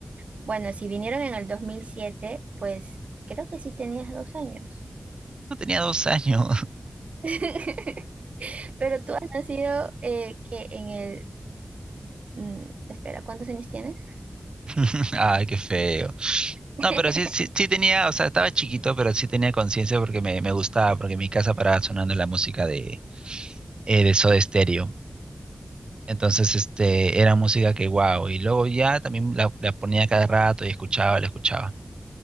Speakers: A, on the right; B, on the right.
A: Bueno, si vinieron en el 2007 pues creo que sí tenías dos años.
B: No tenía dos años.
A: <laughs> Pero tú has nacido eh, que en el... mm, espera, ¿cuántos años tienes?
B: <laughs> Ay, qué feo.
A: <laughs>
B: No, pero sí, sí, sí tenía, o sea, estaba chiquito, pero sí tenía conciencia porque me, me gustaba, porque en mi casa paraba sonando la música de, eh, de Soda Stereo. Entonces, este, era música que, wow, y luego ya también la, la ponía cada rato y escuchaba, la escuchaba.